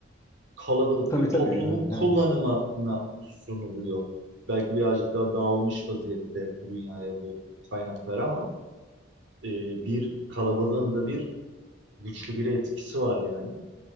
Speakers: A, on the right; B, on the left.
A: kalabalık
B: Tabii
A: bir
B: tabii
A: toplumun
B: yani
A: kullanımına
B: evet.
A: sunuluyor. Belki birazcık daha dağılmış vaziyette dünyaya bu kaynaklar ama e, bir kalabalığın da bir güçlü bir etkisi var yani.